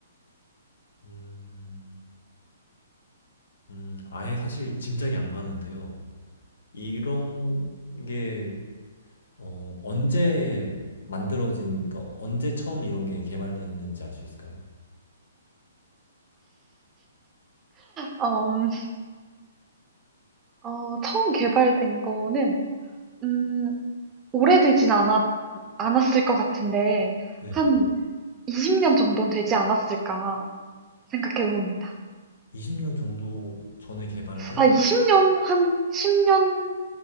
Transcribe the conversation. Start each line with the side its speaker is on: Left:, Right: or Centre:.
Left: 음, 음, 아예 사실 짐작이 안 가는데요. 이런 게 어, 언제 만들어진, 그러니까 언제 처음 이런 게 개발됐는지 알 수 있을까요?
Right: 어, 음, 어, 처음 개발된 거는, 음, 오래되진 않았, 않았을 것 같은데,
Left: 네.
Right: 한 20년 정도는 되지 않았을까 생각해 봅니다.
Left: 20년 정도 전에 개발된
Right: 아, 20년? 한 10년?